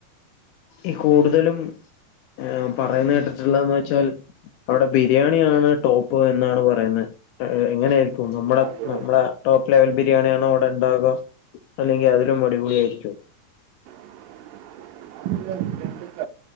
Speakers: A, on the left; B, on the right.
A: ഈ കൂടുതലും ഏഹ് പറയ്ന്നെ കേട്ടിട്ട്ള്ളെന്ന് വെച്ചാൽ അവ്ടെ ബിരിയാണിയാണ് ടോപ്പ് എന്നാണ് പറയുന്നേ ഏഹ് എങ്ങെനെയായിരിക്കും നമ്മടെ
B: ആ, അതെ.
A: നമ്മളെ ടോപ്പ് ലെവൽ ബിര്യാണിയാണോ അവിടെണ്ടാകാ? അല്ലെങ്കി അതിലും അടിപൊളിയായിരിക്കും
B: <inaudible>